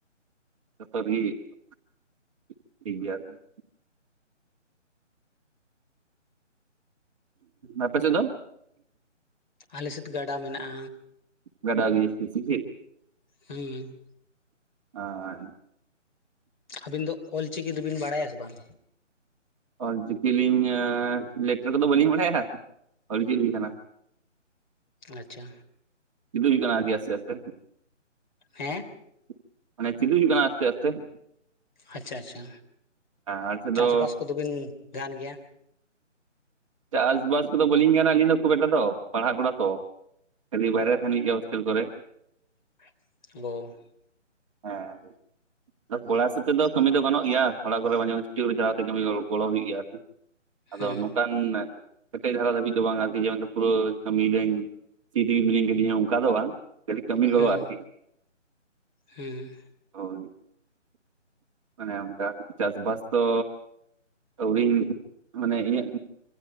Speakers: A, on the right; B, on the left.
A: <unintelligible> ᱟᱯᱮ ᱥᱮᱫ ᱫᱚ?
B: ᱟᱞᱮᱥᱮᱫ ᱜᱟᱰᱟ ᱢᱮᱱᱟᱜᱼᱟ᱾
A: ᱜᱟᱰᱟ ᱜᱤ ᱵᱤᱥᱤ ᱜᱮ?
B: ᱦᱩᱸ᱾
A: ᱦᱚᱭ᱾
B: ᱟᱹᱵᱤᱱ ᱫᱚ ᱚᱞ ᱪᱤᱠᱤ ᱫᱚᱵᱤᱱ ᱵᱟᱲᱟᱭᱟ ᱥᱮ ᱵᱟᱝ?
A: ᱚᱞ ᱪᱤᱠᱤ ᱞᱤᱧ ᱞᱮᱴᱟᱨ ᱠᱚᱫᱚ ᱵᱟᱹᱞᱤᱧ ᱵᱟᱰᱟᱭᱟ ᱚᱞ ᱜᱤ ᱦᱩᱭ ᱠᱟᱱᱟ᱾
B: ᱟᱪᱪᱷᱟ᱾
A: <unintelligible>
B: ᱦᱮᱸ᱾
A: <unintelligible>
B: ᱟᱪᱪᱷᱟ ᱟᱪᱪᱷᱟ᱾
A: ᱟᱨ ᱥᱮᱫ
B: ᱪᱟᱥᱵᱟᱥ
A: ᱫᱚ
B: ᱠᱚᱫᱚ ᱵᱤᱱ ᱜᱟᱱ ᱜᱮᱭᱟ?
A: ᱪᱟᱥ ᱵᱟᱥ ᱠᱚᱫᱚ ᱵᱟᱹᱞᱤᱧ ᱜᱟᱱᱟ ᱟᱹᱞᱤᱧ ᱫᱚ ᱠᱷᱩᱵᱽ ᱮᱠᱴᱟ ᱫᱚ ᱯᱟᱲᱦᱟᱜ ᱠᱟᱱᱟ ᱛᱚ᱾ ᱠᱷᱟᱹᱞᱤ ᱵᱟᱭᱨᱮ ᱨᱮ ᱛᱟᱦᱮᱱ ᱦᱩᱭᱩᱜ ᱟ ᱦᱚᱥᱴᱮᱞ ᱠᱚᱨᱮ ᱾
B: <unintelligible>
A: ᱦᱮᱸ ᱠᱚᱲᱟ ᱦᱤᱥᱟᱯ ᱛᱮᱫᱚ ᱠᱟᱢᱤ ᱫᱚ ᱜᱟᱱᱚᱜ ᱜᱮᱭᱟ ᱚᱲᱟᱜ ᱠᱚᱨᱮ ᱢᱟᱡᱷᱮ ᱢᱟᱡᱷᱮ ᱪᱷᱩᱴᱤ ᱠᱟᱛᱮ ᱜᱚᱲᱚ ᱵᱟᱲᱟ ᱦᱩᱭᱩᱜ ᱜᱮᱭᱟ ᱟᱨᱠᱤ᱾ ᱟᱫᱚ
B: ᱦᱮᱸ
A: ᱱᱚᱝᱠᱟᱱ ᱠᱮᱴᱮᱡ ᱫᱷᱟᱨᱟ ᱫᱷᱟᱹᱵᱤᱡ ᱫᱚ ᱵᱟᱝ ᱟᱨᱠᱤ ᱯᱩᱨᱟᱹ ᱠᱟᱹᱢᱤᱭᱤᱫᱟᱹᱧᱼᱼ ᱯᱷᱤᱰᱤ ᱢᱤᱱᱟᱹᱧ ᱠᱤᱫᱤᱧᱟ ᱚᱱᱠᱟ ᱫᱚ ᱵᱟᱝ ᱠᱷᱟᱞᱤ ᱠᱟᱹᱢᱤ
B: ᱦᱮᱸ
A: ᱜᱚᱲᱚ ᱟᱨᱠᱤ,
B: ᱦᱮᱸ
A: ᱦᱚᱭ ᱚᱱᱮ ᱚᱱᱠᱟ ᱪᱟᱥᱵᱟᱥ ᱫᱚ ᱟᱹᱣᱨᱤᱧ ᱢᱟᱱᱮ ᱤᱧᱟᱹᱜ